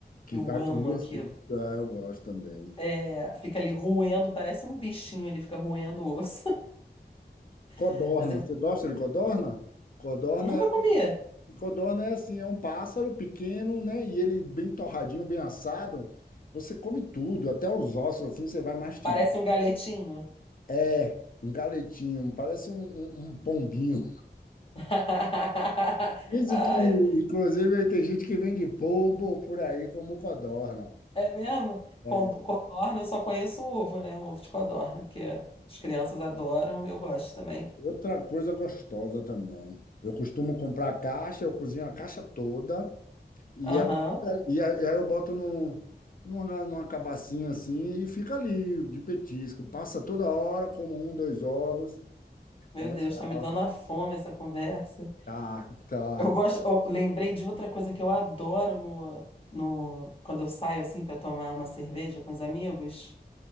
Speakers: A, on the left; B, on the left.
A: Que
B: Eu
A: vai
B: amo
A: com música.
B: aquilo.
A: Ah, eu gosto também.
B: É, fica ali roendo, parece um bichinho, ele fica roendo o osso.
A: Codorna,
B: <laughs> Mas eu
A: você gosta de codorna? Codorna,
B: nunca
A: é-
B: comia.
A: codorna é assim, é um pássaro pequeno, né? E ele bem torradinho, bem assado. Você come tudo, até os ossos, assim, você vai mastigar.
B: Parece um galetinho.
A: É, Um galetinho, parece um, um, um pombinho.
B: <laughs>
A: Dizem
B: Ah,
A: que, inclusive, aí tem gente que vende polvo por aí como codorna.
B: É mesmo?
A: É,
B: Con- Codorna, eu só conheço o ovo, né? O ovo de codorna, que é, as crianças adoram, eu gosto também.
A: Outra coisa gostosa também. Eu costumo comprar a caixa, eu cozinho a caixa toda, E,
B: Aham.
A: ela, e aí e aí eu boto no, numa, numa cabacinha assim e fica ali de petisco. Passa toda hora, como um, dois ovos.
B: Meu
A: é legal
B: Deus, tá me dando a fome essa conversa.
A: tá, tá.
B: Eu gosto, eu lembrei de outra coisa que eu adoro no, no, quando eu saio assim para tomar uma cerveja com os amigos,